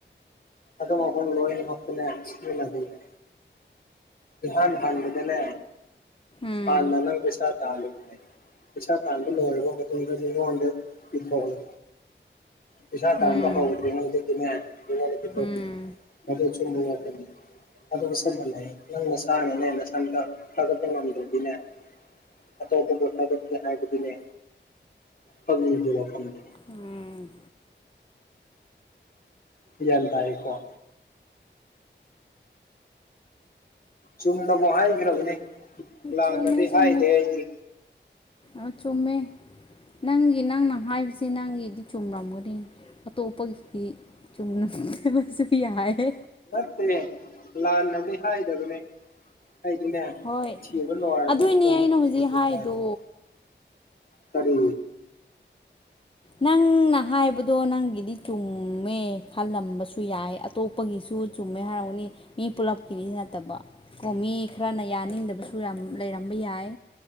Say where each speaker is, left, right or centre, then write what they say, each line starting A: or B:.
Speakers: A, on the left; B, on the left.
A: ꯑꯗꯨꯝ ꯑꯍꯨꯝ ꯂꯣꯏꯅꯃꯛꯇꯅꯦ ꯁꯤꯖꯤꯟꯅꯗꯣꯏꯕ ꯏꯍꯥꯟ ꯍꯥꯟꯕꯗꯅꯦ
B: ꯎꯝ
A: ꯈꯜꯂ ꯅꯪ ꯄꯩꯁꯥ ꯇꯥꯂꯤꯕꯅꯤ ꯄꯩꯁꯥ ꯇꯥꯟꯕ ꯂꯣꯏꯔꯕ ꯃꯇꯨꯡꯗ ꯃꯤꯉꯣꯟꯗ ꯄꯤꯊꯣꯛꯑꯣ ꯄꯩꯁꯥ ꯇꯥꯟꯕ
B: ꯎꯝ
A: ꯍꯧꯗ꯭ꯔꯤꯉꯩꯗꯗꯤꯅꯦ ꯃꯤꯉꯣꯟꯗ ꯄꯤꯊꯣꯛꯈꯤꯅꯣꯕ
B: ꯎꯝ
A: ꯃꯗꯨ ꯆꯨꯝꯕ ꯋꯥꯐꯝꯅꯤ ꯑꯗꯨ ꯂꯤꯛꯁꯟꯃꯜꯂꯦ ꯅꯪ ꯅꯁꯥꯥꯅꯥꯅꯦ ꯅꯊꯟꯇ ꯊꯥꯒꯠ ꯉꯝꯗ꯭ꯔꯗꯤꯅꯦ ꯑꯇꯣꯞꯄꯕꯨ ꯊꯥꯒꯠꯀꯦ ꯍꯥꯏꯕꯗꯨꯅꯦ ꯐꯪꯗꯦ ꯋꯥꯈꯟꯗꯣ
B: ꯎꯝ
A: ꯒ꯭ꯌꯥꯟ ꯇꯥꯏꯀꯣ ꯆꯨꯝꯅ ꯑꯃꯨꯛ ꯍꯥꯏꯈ꯭ꯔꯕꯅꯦ ꯂꯥꯟꯅꯗꯤ
B: ꯆꯨꯝꯃꯦ ꯆꯨꯝꯃꯦ
A: ꯍꯥꯏꯗꯦ ꯑꯩꯗꯤ
B: ꯑ ꯆꯨꯝꯃꯦ ꯅꯪꯒꯤ ꯅꯪꯅ ꯍꯥꯏꯕꯁꯤ ꯅꯪꯒꯤꯗꯤ ꯆꯨꯝꯔꯝꯒꯅꯤ ꯑꯇꯣꯞꯄꯒꯤꯗꯤ ꯆꯨꯝꯅꯗꯕꯁꯨ ꯌꯥꯏꯑꯦ
A: ꯅꯠꯇꯦ ꯂꯥꯟꯅꯗꯤ ꯍꯥꯏꯗꯕꯅꯦ ꯑꯩꯗꯤꯅꯦ
B: ꯍꯣꯏ
A: ꯁꯤꯕ ꯂꯣꯏꯔꯕ
B: ꯑꯗꯨꯏꯅꯦ
A: ꯃꯇꯨꯡꯗ
B: ꯑꯩꯅ
A: ꯑꯩꯗꯤ
B: ꯍꯧꯖꯤꯛ
A: ꯗꯨꯝ
B: ꯍꯥꯏꯗꯣ
A: ꯍꯥꯏꯕꯅꯤ ꯀꯔꯤ
B: ꯅꯪꯅ ꯍꯥꯏꯕꯗꯣ ꯅꯪꯒꯤꯗꯤ ꯆꯨꯝꯃꯦ ꯈꯜꯂꯝꯕꯁꯨ ꯁꯨ ꯌꯥꯏ ꯑꯇꯣꯞꯄꯒꯤꯁꯨ ꯆꯨꯝꯃꯦ ꯍꯥꯏꯔꯥꯎꯅꯤ ꯃꯤ ꯄꯨꯂꯞꯀꯤꯔꯤ ꯅꯠꯇꯕ ꯀꯣꯃꯤ ꯈꯔꯅ ꯌꯥꯅꯤꯡꯗꯕꯁꯨ ꯌꯥꯝ ꯂꯩꯔꯝꯕ ꯌꯥꯏ